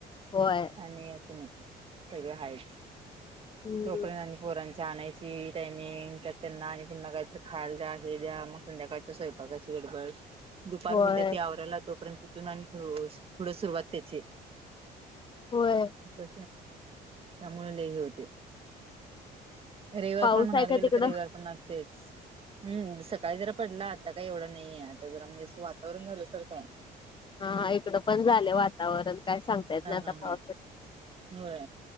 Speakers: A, on the left; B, on the right.
A: होय
B: आणि असं नाही सगळं हायच
A: हम्म,
B: तोपर्यंत आणि पोरांच आणायची टाइमिंग तर त्यांना आणि पुन्हा काहीतरी खाय हे द्या मग संध्याकाळच्या स्वयपाकाची गडबड दुपार
A: होय,
B: होत्या ती आवराला तोपर्यंत उठून आणि पुढं सुरुवात त्याची
A: होय.
B: ह त्यामुळे लही होतय रविवार
A: पाऊस
B: पण म्हणायला
A: आहे का
B: गेले
A: तिकडं?
B: तर रविवार पण असतयच हम्म सकाळी जरा पडला आता काय एवढा नाहीये आता जरा म्हणजे वातावरण झालं सारख हाय
A: हा इकडं पण झालं वातावरण काय सांगतायेत
B: हा
A: नाही आता
B: हा
A: पावसा
B: हा होय